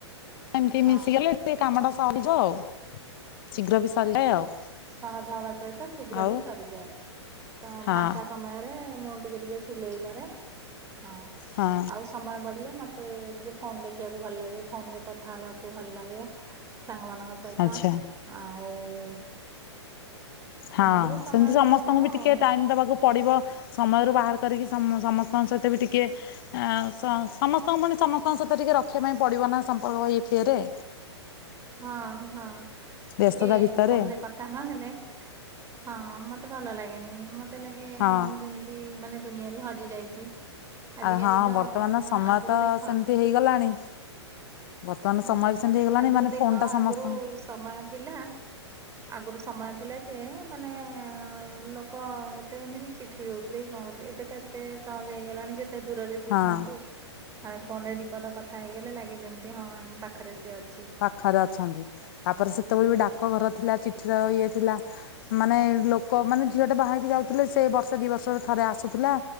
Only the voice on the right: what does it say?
ହଁ।
ସହଜ ହବା ସହିତ ଶୀଘ୍ର
ବି ସରିଯାଏ ତ
ଫାଙ୍କା ସମୟରେ ମୁଁ ଟିକେ ଟିକେ। ସିଲେଇ କରେ ହଁ
ଆଉ। ସମୟ ବଲିଲେ ମୋତେ ଟିକେ ଫୋନ ଦେଖିବାକୁ ଭଲ ଲାଗେ ଫୋନରେ କଥା ହେବାକୁ ଭଲ ଲାଗେ। ସାଙ୍ଗମାନଙ୍କ ସହିତ
ଆଉ
ଏମିତିରେ ସମୟ
ଯାଏ ମୋର
ଆଉ।
ହଁ ହଁ
ଟିକେ
ଫୋନ ରେ କଥା ନହେଲେ ହଁ ମତେ ଭଲ ଲାଗେନି ମତେ ଲାଗେ
ମୁଁ ଯେମିତି ମାନେ ଦୁନିଆରୁ ହଜି ଯାଇଛି ଆଜିକାଲି
ତ
ମାନେ
ଆଗରୁ
ଦେଖ
ହୁଁ
ଆଗରୁ
ଦେଖ
ଆଗରୁ
ସମୟ ଥିଲା ଆଗରୁ ସମୟ ଥିଲା ଯେ ମାନେ ଲୋକ ଏତେ ଏମିତି ଚିଠି ସିଖି ଦେଉଥିଲେ କି କଣ କରୁଥିଲେ ଏବେ ତ ଏତେ ସହଜ ହେଇଗଲାଣି ଯେତେ ଦୂରରେ ଯିଏ
ଥାନ୍ତୁ ଆମ ଫୋନ ରେ ଦୀପଦ କଥା ହେଇଗଲେ ଲାଗେ ଯେମିତି ହଁ ଆମ ପାଖରେ ସିଏ ଅଛି